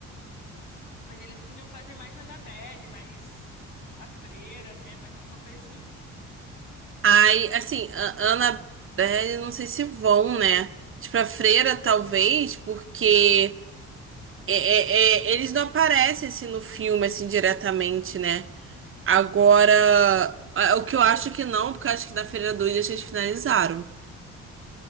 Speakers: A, on the left; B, on the right.
A: Mas eles podiam fazer mais Annabelle, mais a Freira, né? Mais alguma coisa assim.
B: Ai, assim, a Annabelle, não sei se vão, né? Tipo, a freira, talvez, porque. É, é, é, eles não aparecem assim no filme, assim, diretamente, né? Agora, a- o que eu acho que não, porque eu acho que na Feira do Dia eles finalizaram.